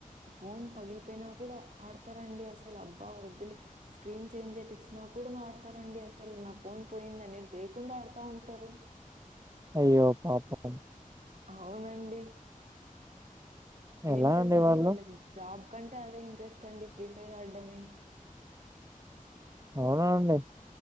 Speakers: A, on the right; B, on the right.
A: ఫోన్ పగిలిపోయినా కూడా ఆడతారండి అసలు అబ్బా వద్దులే స్క్రీన్ చేంజ్ చేపించినా కూడా మా ఆడతారండి అసలు నా ఫోన్ పోయింది అనేది లేకుండా ఆడుతా ఉంటారు
B: అయ్యో పాపం
A: అవునండి ఏం
B: ఎలా
A: తెలుసా అండి
B: వాళ్ళు?
A: వాళ్ళకి జాబ్ కంటే అదే ఇంట్రెస్ట్ అండి ఫ్రీ ఫైర్ ఆడడమే
B: అవునా అండి